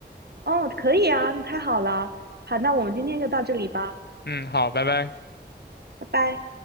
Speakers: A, on the right (about 65°); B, on the left (about 70°).
A: 哦，可以啊，那太好了。好，那我们今天就到这里吧，
B: 嗯，好，拜拜。
A: 拜拜。